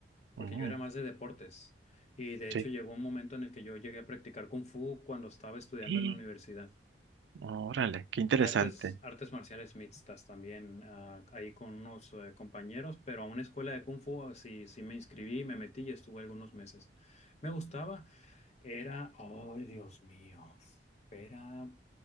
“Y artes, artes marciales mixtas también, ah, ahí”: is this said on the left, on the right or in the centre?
Left